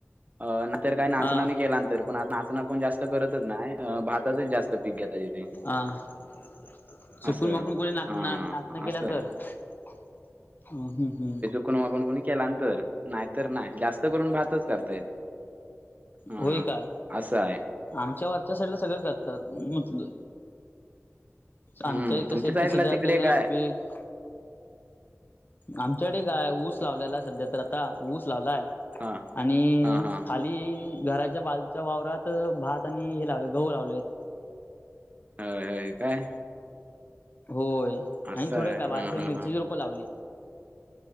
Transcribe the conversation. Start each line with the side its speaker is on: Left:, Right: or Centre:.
Right: <inaudible> नंतर काय नाचण
Left: हा
Right: केला नंतर पण आ नाचणा कोण जास्त करतच नाय भातातच जास्त पीक घेतात इथे
Left: अहं चुकून
Right: असं.
Left: माकून कोणी ना
Right: हा
Left: नाचणं केला
Right: असं
Left: तर
Right: आहे
Left: ह् हम्म हम्म
Right: कोणवा कोणी कोणी केलानंतर नाहीतर नाही जास्त करून भातच करतायेत हा
Left: होय काय
Right: असं हाय
Left: आमच्या वरच्या साईडला सगळं करतात म्हटलं
Right: हं,
Left: आमच्या इथं
Right: तुमच्या
Left: शेती
Right: साईडला
Left: सध्या
Right: तिकडे
Left: आता
Right: काय
Left: पिक आमच्याकडे काय ऊस लावलेला आहे सध्या तर आता ऊस लावलाय
Right: हां,
Left: आणि
Right: हां, हां.
Left: खाली ती आणि घराच्या बाजूच्या वावरात भात आणि हे लावलेत गहू लावलेत.
Right: हय हय काय
Left: होय
Right: असं
Left: आणि थोडं
Right: आहे.
Left: का <inaudible> मिरचीची
Right: हां, हां, हां.
Left: रोपं लावली.